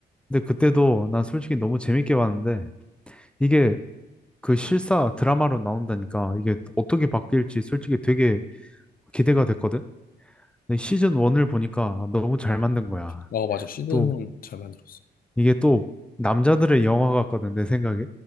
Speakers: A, in the centre; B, on the left (about 50°).
A: 근데 그때도 난 솔직히 너무 재밌게 봤는데, 이게 그 실사 드라마로 나온다니까 이게 어떻게 바뀔지 솔직히 되게 기대가 됐거든. 근데 시즌 1을 보니까 너무 잘 만든 거야.
B: 어, 맞아. 시드는
A: 또
B: 잘 만들었어.
A: 이게 또 남자들의 영화 같거든 내 생각에.